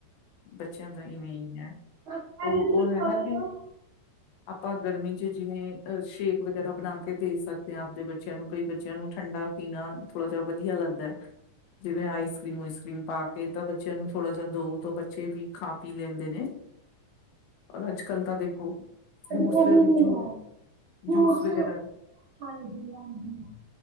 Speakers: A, on the left; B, on the right.
A: ਬੱਚਿਆਂ ਦਾ ਇਵੇਂ ਹੀ ਹੈ
B: ਬਸ
A: ਉਹ
B: ਇਹੀ ਜਿਹੜੀ
A: ਉਹ ਹੈ
B: ਬਾਹਰ
A: ਨਾ ਕਿ,
B: ਦਾ
A: ਆਪਾਂ ਗਰਮੀ ਚ' ਜਿਵੇਂ ਅ ਸ਼ੇਕ ਵਗੈਰਾ ਬਣਾ ਕੇ ਦੇ ਸਕਦੇ ਹਾਂ। ਆਪਦੇ, ਬੱਚਿਆਂ ਨੂੰ ਕਈ ਬੱਚਿਆਂ ਨੂੰ ਠੰਡਾ ਪੀਣਾ, ਥੋੜਾ ਜਹਾ ਵਧੀਆ ਲੱਗਦਾ ਹੈ। ਜਿਵੇਂ ਆਈਸ ਕਰ੍ਰੀਮ- ਉਈਸ ਕਰ੍ਰੀਮ ਪਾ ਕੇ ਤਾਂ ਬੱਚਿਆਂ ਨੂੰ ਥੋੜਾ ਜਿਹਾ ਦੋ ਤੋਂ ਬੱਚੇ ਵੀ ਖਾ- ਪੀ ਲੈਂਦੇ ਨੇ। ਔਰ ਅੱਜ-ਕੱਲ੍ਹ ਤਾਂ ਦੇਖੋ। ਫਰੂਟਸ
B: ਸਾਡੀ ਉਹ
A: ਦੇ
B: ਵੀ ਨੀ
A: ਜੂ
B: ਹੈ। ਹ
A: ਜੂਸ ਵਗੈਰਾ ਵੀ
B: ਹਾਂਜੀ-ਹਾਂਜੀ।